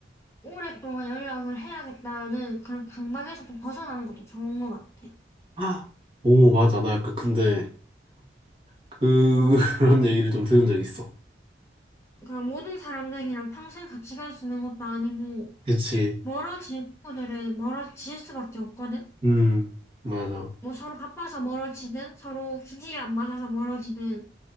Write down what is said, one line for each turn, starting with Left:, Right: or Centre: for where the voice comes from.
Left: 오랫동안 연락을 해야겠다는 그런 강박에서 좀 벗어나는 것도 좋은 것 같아.
Right: 아, 오 맞아. 나 약간 근데 그, <laughs> 그런 얘기를 좀 들은 적 있어.
Left: 그러니까 모든 사람들이랑 평생 같이 갈 수 있는 것도 아니고
Right: 그치.
Left: 멀어질 친구들은 멀어질 수밖에 없거든.
Right: 음, 맞아.
Left: 뭐 서로 바빠서 멀어지든 서로 기질이 안 맞아서 멀어지든